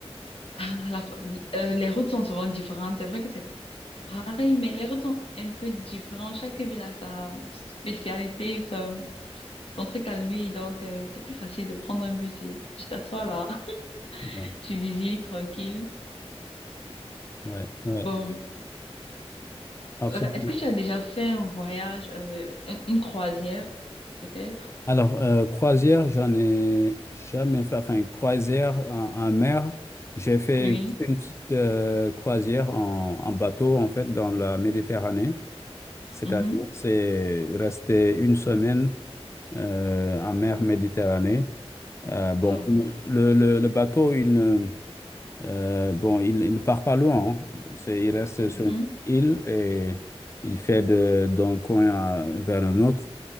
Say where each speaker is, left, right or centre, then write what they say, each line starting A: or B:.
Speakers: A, on the left; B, on the left.
A: Ah, la- euh, les routes sont souvent différentes. C'est vrai que c'est Pareil, mais les routes sont un peu différentes. Chaque ville a sa spécialité, son, son truc à lui. Donc, euh, c'est plus facile de prendre un bus et tu t'assois là, <laughs>
B: Ouais,
A: tu visites tranquille.
B: ouais, ouais,
A: Bon,
B: absolument.
A: euh, est-ce que tu as déjà fait un voyage, euh, un- une croisière, peut-être?
B: Alors, euh, croisière, j'en ai jamais fait. Enfin, croisière en, en mer, j'ai fait
A: Oui.
B: juste une petite euh, croisière en, en bateau, en fait, dans la Méditerranée. C'est-à-dire,
A: Mhm.
B: c'est rester une semaine euh, en mer Méditerranée. Euh, bon,
A: Wow.
B: le, le- le bateau, il ne euh, bon, il, il part pas loin. hein. C'est, il reste
A: Mhm.
B: sur une île et il fait de- d'un coin à- vers un autre.